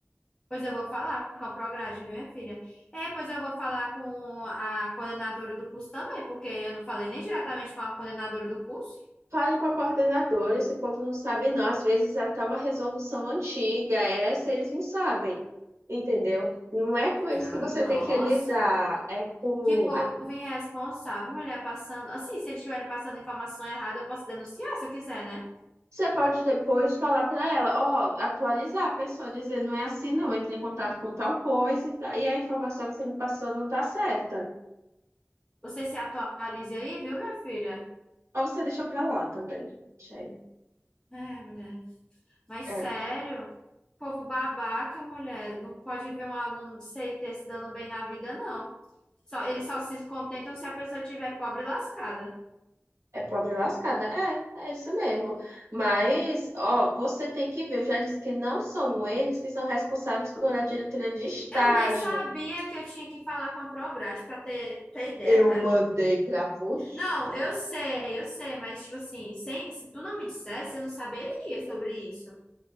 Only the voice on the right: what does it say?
Fale com a coordenadora, esse povo não sabe não. Às vezes é até uma resolução antiga, essa eles não sabem, entendeu? Não é com eles
que você
tem que lidar, é com...
a-
Você pode depois falar para ela, ó, atualizar a pessoa, dizer, não é assim não, entre em contato com tal coisa e, tá, e a informação que você me passou não tá certa.
Ou você deixa para lá também. Deixa aí.
É.
É pobre lascada. É, é isso mesmo. Mas, ó, você tem que ver. Eu já disse que não são eles que são responsáveis por a diretoria de estágio.
Eu
mandei para você.